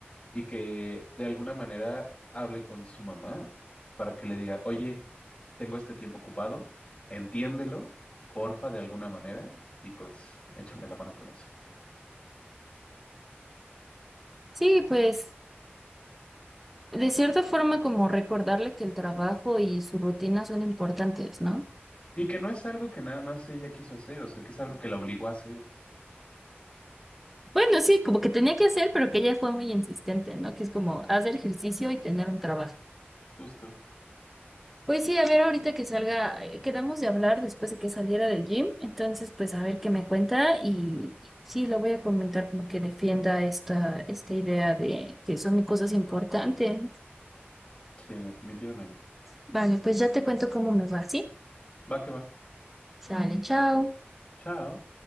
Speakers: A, on the left; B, in the centre.
A: y que de alguna manera hable con su mamá para que le diga, oye, tengo este tiempo ocupado, entiéndelo, porfa, de alguna manera y pues échame la mano con eso.
B: Sí, pues. De cierta forma, como recordarle que el trabajo y su rutina son importantes, ¿no?
A: Y que no es algo que nada más ella quiso hacer, o sea, que es algo que la obligó a hacer,
B: Bueno, sí, como que tenía que hacer, pero que ella fue muy insistente, ¿no? Que es como hacer ejercicio y tener un trabajo.
A: justo.
B: Pues sí, a ver, ahorita que salga, eh, quedamos de hablar después de que saliera del gym, entonces pues a ver qué me cuenta y y sí, lo voy a comentar como que defienda esta, esta idea de que son cosas importantes.
A: Sí, definitivamente.
B: Vale, pues ya te cuento cómo me va, ¿sí?
A: Va que va.
B: Sale, chao.
A: Chao.